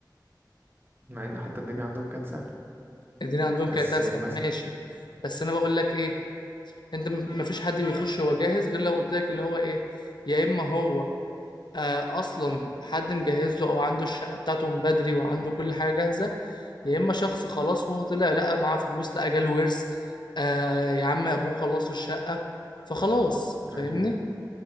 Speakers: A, on the right (about 30°); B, on the left (about 70°).
A: مع ان حتى الدنيا عندهم كانت سهلة
B: الدنيا عندهم
A: بس
B: كانت اسهل
A: مثلا
B: ماشي بس انا بقول لك ايه انت م- مفيش حد بيخش هو جاهز غير لو قلت لك اللي هو ايه يا اما هو آه اصلا حد مجهز له او عنده الشقه بتاعته من بدري وعنده كل حاجه جاهزه يا اما شخص خلاص وهو طلع لقى معاه فلوس لقى جاله ورث آه يا عم ابوه خلص له الشقه فخلاص فاهمني
A: أيوة